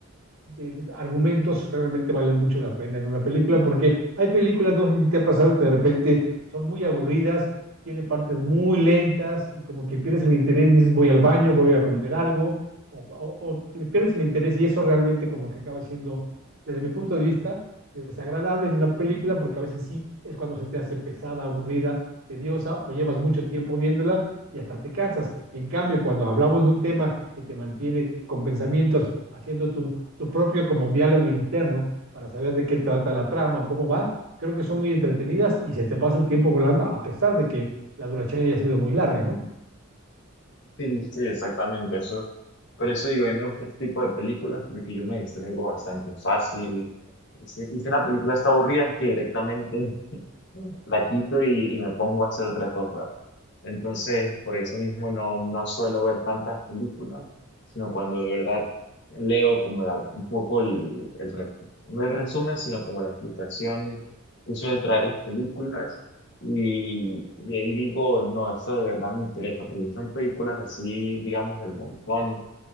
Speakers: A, on the right; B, on the left.
A: de- de argumentos realmente valen mucho la pena en una película, porque hay películas, no sé si te ha pasado, que de repente son muy aburridas, tiene partes muy lentas y como que pierdes el interés, dices voy al baño, voy a comer algo, o, o- o le pierdes el interés y eso realmente como que acaba siendo, desde mi punto de vista, desagradable en una película, porque a veces sí es cuando se te hace pesada, aburrida, tediosa, o llevas mucho tiempo viéndola y hasta te cansas. En cambio, cuando hablamos de un tema que te mantiene con pensamientos, haciendo tu propio como diálogo interno para saber de qué trata la trama, cómo va. Creo que son muy entretenidas y se te pasa el tiempo volando a pesar de que la duración haya sido muy larga, ¿no?
B: Sí, sí, exactamente. Eso Por eso digo, a mí me gusta este tipo de películas porque yo me distraigo bastante fácil. Y si, y si una película está aburrida, es que directamente la quito y, y me pongo a hacer otra cosa. Entonces, por eso mismo no, no suelo ver tantas películas, sino cuando de verdad leo como la- un poco el, el re- no el resumen, sino como la explicación que suele traer las películas. Y, y ahí digo, no, esto de verdad me interesa, porque si son películas así, digamos, del montón